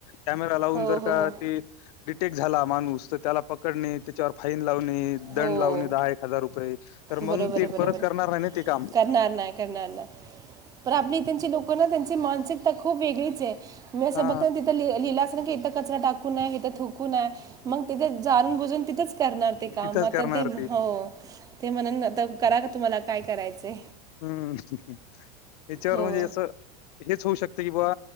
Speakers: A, on the left; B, on the right.
A: कॅमेरा लावून
B: हो
A: जर
B: हो
A: का
B: हो
A: ते डिटेक्ट झाला माणूस तर त्याला पकडणे त्याच्यावर फाईन लावणे दंड
B: हो
A: लावणे दहा एक हजार रुपये तर
B: बरोबर
A: मग
B: आहे बरोबर
A: परत करणार नाही ना ते काम
B: करणार नाही करणार नाही पण आपली त्यांची लोक ना त्यांची मानसिकता खूप वेगळीच आहे. मी असं
A: हा
B: बघ तिथं लिहला असंल की - इथं कचरा टाकू नये, इथं थुकू नये मग तिथे जाणून बजून तिथंचं करणार ते काम
A: तिथंच
B: आता
A: करणार
B: ते हो ते म्हणून आता करा का तुम्हाला काय करायचं
A: हम्म हम हम याच्यावर
B: हो
A: म्हणजे असं हेच होऊ शकत. की बा